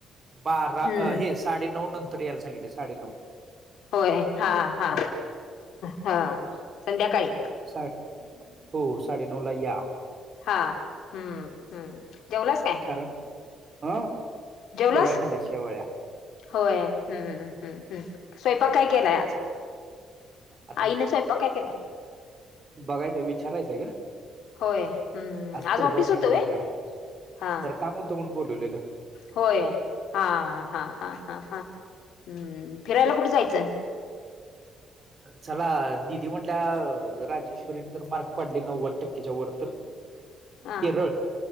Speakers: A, on the right; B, on the left.
A: बारा
B: हम्म
A: हे साडेनऊ नंतर यायला सांगितले साडेनऊ.
B: होय हा हा हा संध्याकाळी
A: सा हो साडेनऊ ला या.
B: हा हम्म हम्म जेवलाच काय?
A: कारण अ
B: जेवलास
A: शेवाळ खाल्ल्यात शेवाळ्या.
B: होय हम्म्म्म हम् स्वयंपाक काय केलाय आज?
A: आता
B: आईने स्वयंपाक काय केलाय
A: बघायचंय विचारायचंय गा?
B: होय हम्म
A: आज फुटबॉल
B: ऑफिस
A: मॅच
B: होतं व्हय
A: बघणार आहे
B: हा
A: जर काम होतं म्हण बोलवलेलं.
B: होय हा हा हा हा हा हम् फिरायला कुठे जायचं?
A: चला निदीी म्हटल्या राजेश्वरीनी जर मार्क पाडली नव्वद टक्केच्या वर तर
B: हा
A: केरळ